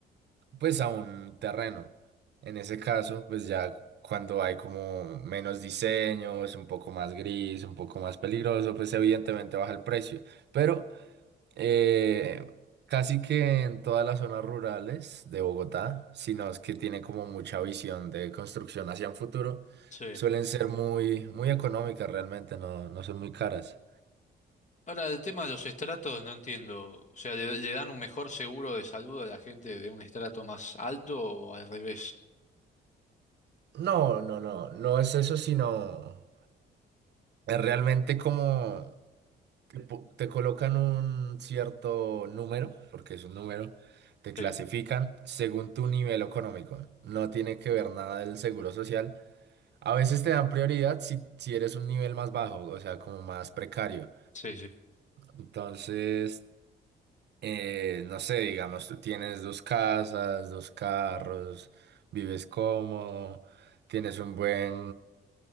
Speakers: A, on the right; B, on the left.
A: pues a un terreno. En ese caso, pues ya cuando hay como menos diseños, un poco más gris, un poco más peligroso, pues evidentemente baja el precio. Pero eh, casi que en todas las zonas rurales de Bogotá, sino es que tiene como mucha visión de construcción hacia un futuro,
B: Sí.
A: suelen ser muy, muy económicas realmente, no, no son muy caras.
B: Ahora, el tema de los estratos no entiendo. O sea, ¿le, le dan un mejor seguro de salud a la gente de un estrato más alto o al revés?
A: No, no, no, no es eso, sino es realmente como Te, po- te colocan un cierto número, porque es un número, te clasifican
B: Sí,
A: según tu nivel económico. No tiene que ver nada del seguro social. A veces te dan prioridad si, si eres un nivel más bajo, o sea, como más precario.
B: sí, sí,
A: Entonces, eh, no sé, digamos, tú tienes dos casas, dos carros, vives cómodo, tienes un buen,